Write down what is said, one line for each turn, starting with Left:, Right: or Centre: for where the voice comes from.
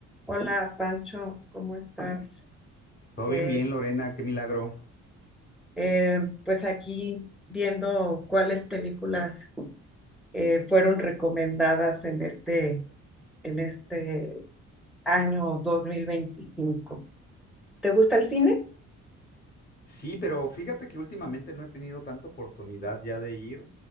Centre: Hola Pancho, ¿cómo estás?
Left: Todo
Centre: Eh,
Left: bien, bien, Lorena, qué milagro.
Centre: eh, pues aquí viendo cuáles películas eh, fueron recomendadas en este, en este año 2025. ¿Te gusta el cine?
Left: Sí, pero fíjate que últimamente no he tenido tanta oportunidad ya de ir